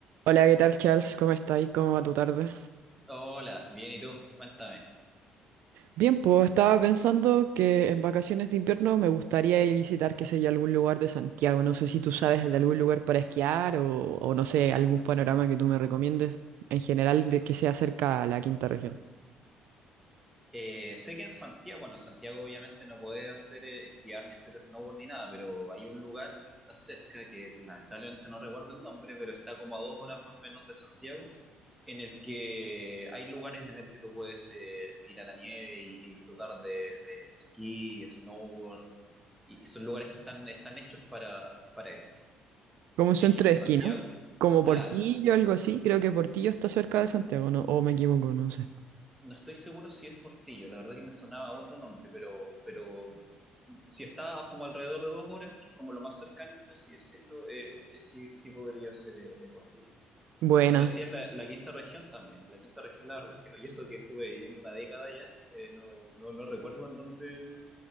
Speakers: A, on the right; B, in the centre.
A: Hola, ¿qué tal, Charles? ¿Cómo estáis? ¿Cómo va tu tarde?
B: Hola, bien, ¿y tú? Cuéntame.
A: Bien, pues estaba pensando que en vacaciones de invierno me gustaría ir a visitar, qué sé yo, algún lugar de Santiago. No sé si tú sabes de algún lugar para esquiar o, o no sé, algún panorama que tú me recomiendes en general de, que sea cerca a la quinta región.
B: Eh, sé que en Santiago, bueno, en Santiago obviamente no podés hacer eh, esquiar ni hacer snowboard ni nada, pero hay un lugar que está cerca, que lamentablemente no recuerdo el nombre, pero está como a dos horas más o menos de Santiago, en el que hay lugares en el que tú puedes eh, ir a la nieve y, y disfrutar de, de esquí, snowboard, y, y son lugares que están, están hechos para, para eso.
A: Como un centro
B: ¿Me dijiste
A: de
B: Santiago?
A: esquí, ¿no? Como
B: Claro.
A: Portillo, algo así. Creo que Portillo está cerca de Santiago, ¿no? O me equivoco, no sé.
B: no estoy seguro si es Portillo, la verdad que me sonaba otro nombre, pero, pero si está como alrededor de dos horas, que es como lo más cercano, por así decirlo, eh, eh, sí, sí podría ser eh, eh, Portillo.
A: Buena.
B: Me decías la, la quinta región también. La quinta región, la verdad es que no, y eso que estuve viviendo una década ya, eh, no, no, no recuerdo en dónde.